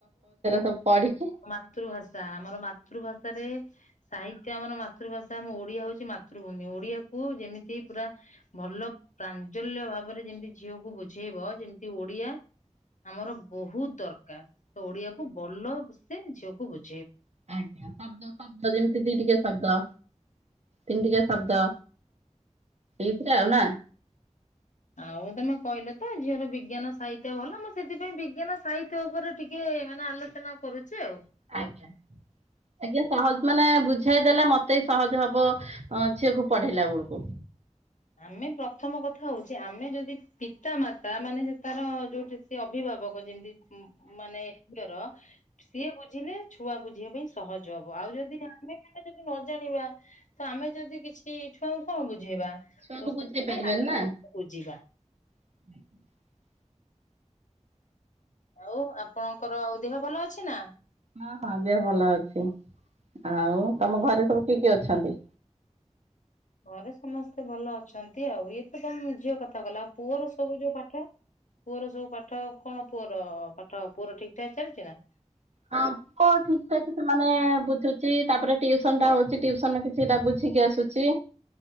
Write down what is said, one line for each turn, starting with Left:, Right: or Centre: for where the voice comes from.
Right: ସବୁ ପଢିକି
Left: ମାତୃଭାଷା ଆମର ମାତୃଭାଷାରେ ସାହିତ୍ୟ ଆମର ମାତୃ ମାତୃଭାଷା ଆମ ଓଡିଆ ହଉଛି ମାତୃଭୂମି ଓଡିଆକୁ ଯେମିତି ପୁରା ଭଲ ପ୍ରାଞ୍ଜଲ୍ୟ ଭାବରେ ଯେମିତି ଝିଅକୁ ବୁଝେଇବ ଯେମିତି ଓଡିଆ ଆମର ବହୁତ ଦରକାର। ତ ଓଡିଆକୁ ଭଲ ସେ ଝିଅକୁ ବୁଝ
Right: ଆଜ୍ଞା ଶବ୍ଦ ଶବ୍ଦ ଯେମିତି ଦି ଟିକିଆ ଶବ୍ଦ ତିନି ଟିକିଆ ଶବ୍ଦ ଏଥିରେ ଆଉ ନା
Left: ଆଉ ତମେ କହିଲ ତ ଝିଅର ବିଜ୍ଞାନ ସାହିତ୍ୟ ଭଲ ମୁଁ ସେଥିପାଇଁ ବିଜ୍ଞାନ ସାହିତ୍ୟ ଉପରେ ଟିକେ ମାନେ ଆଲୋଚନା କରୁଛି ଆଉ।
Right: ଆଜ୍ଞା ଆଜ୍ଞା ସହଜ ମାନେ ବୁଝାଇଦେଲେ ମତେ ସହଜ ହବ ଝିଅକୁ ପଢେଇଲାା ବେଳକୁ।
Left: ଆମେ ପ୍ରଥମ କଥା ହଉଛି ଆମେ ଯଦି ପିତା ମାତା ମାନେ ତାର ଯୋଉଠି ସେ ଅଭିଭାବକ ଯେମିତି। ମାନେ ଝିଅର ସିଏ ବୁଝିଲେ ଛୁଆ ବୁଝିବା ପାଇଁ ସହ ଯବ ଆଉ ଯଦି ଆମେ ଯଦି ଜାଣିବା ତ ଆମେ ଯଦି କିଛି ଛୁଆଙ୍କୁ କଣ ବୁଝେଇବା। ତ
Right: ଛୁଆଙ୍କୁ
Left: ସେଥିପାଇଁ
Right: ବୁଝେଇ ପାରିବେନି
Left: ଆଗେ
Right: ନା
Left: ଆମେ ବୁଝିବା।
Right: <unintelligible>
Left: ଆଉ ଆପଣଙ୍କର ଆଉ ଦେହ ଭଲ ଅଛ ନା
Right: ହଁ ହଁ ଦେହ ଭଲ ଅଛି ଆଉ ତମ ଘରେ ସବୁ କେ କିଏ କିଏ ଅଛନ୍ତି।
Left: ଘରେ ସମସ୍ତେ ଭଲ ଅଛନ୍ତି ଆଉ ଇଏ ତ ତମ ଝିଅ କଥା ଗଲା ଆଉ ପୁଅର ସବୁ ଯୋଉ ପାଠ ପୁଅର ସବୁ ପାଠ କଣ ପୁଅର ପାଠ ପୁଅର ଠିକ୍ ଠାକ୍ ଚାଲିଛି ନା।
Right: ହଁ ପୁଅ ଠିକ୍ ଠାକ୍ ସେମାନେ ବୁଝୁଛି ତାପରେ ଟିୟୁସନ ଟା ହଉଛି ଟିୟୁସନ ରୁ କିଛିଟା ବୁଝିକି ଆସୁଛି